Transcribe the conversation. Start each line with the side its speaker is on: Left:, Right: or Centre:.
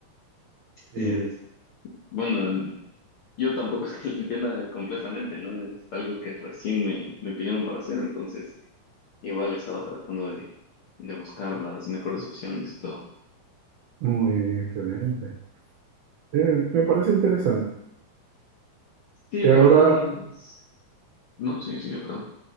Right: Sí,
Left: Y es, bueno, el- yo tampoco es que lo entienda completamente, ¿no? Es algo que recién me, me pidieron para hacer, entonces igual estaba tratando de, de buscar las mejores opciones y todo.
Right: muy bien, excelente. Eh, me parece interesante
Left: Sí,
Right: que
Left: la
Right: ahora,
Left: verdad es... No, sí, sí, perdón.